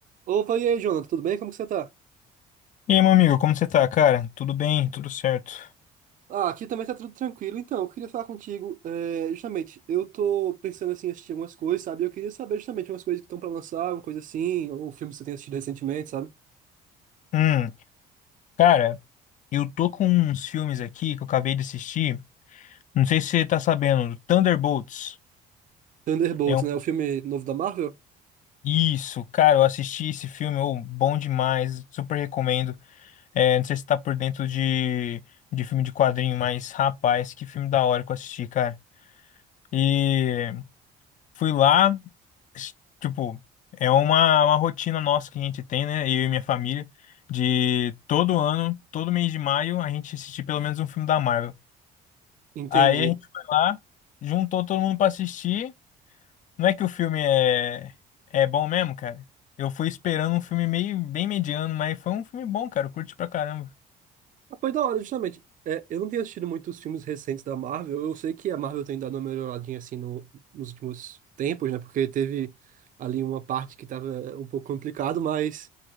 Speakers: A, on the right; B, on the left.
A: Opa, e aí, Jonathan, tudo bem? Como que você tá?
B: E aí, meu amigo, como você tá, cara? Tudo bem, tudo certo.
A: Ah, aqui também tá tudo tranquilo. Então, eu queria falar contigo, é, justamente, eu tô pensando, assim, em assistir algumas coisas, sabe? Eu queria saber, justamente, umas coisas que estão pra lançar, uma coisa assim, ou filmes que você tem assistido recentemente, sabe?
B: Hum, cara, eu tô com uns filmes aqui que eu acabei de assistir. Não sei se você tá sabendo, do Thunderbolts.
A: Thunderbolts,
B: É um...
A: né? O filme novo da Marvel?
B: Isso, cara, eu assisti esse filme, ô, bom demais, super recomendo. É, não sei se tá por dentro de, de filme de quadrinho, mas rapaz, que filme da hora que eu assisti, cara. E fui lá. s- tipo, é uma, uma rotina nossa que a gente tem, né? Eu e minha família, de todo ano, todo mês de maio, a gente assistir pelo menos um filme da Marvel.
A: Entendi.
B: Aí a gente foi lá, juntou todo mundo pra assistir. Não é que o filme é, é bom mesmo, cara. Eu fui esperando um filme meio bem mediano, mas foi um filme bom, cara. Eu curti pra caramba.
A: Ah, foi da hora, justamente. É, eu não tenho assistido muitos filmes recentes da Marvel. Eu sei que a Marvel tem dado uma melhoradinha, assim, no, nos últimos tempos, né? Porque teve ali uma parte que tava um pouco complicado, mas...